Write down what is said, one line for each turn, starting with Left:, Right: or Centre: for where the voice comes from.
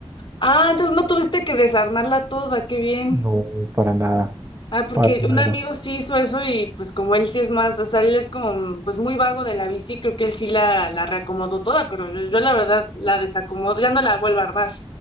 Left: Ah, entonces no tuviste que desarmarla toda, qué bien.
Right: No, para nada,
Left: Ah, porque
Right: para nada.
Left: un amigo sí hizo eso y pues como él sí es más, o sea, él es como pues muy vago de la bici, creo que él sí la, la reacomodó toda, pero yo, yo la verdad la desacomodo, ya no la vuelvo a armar.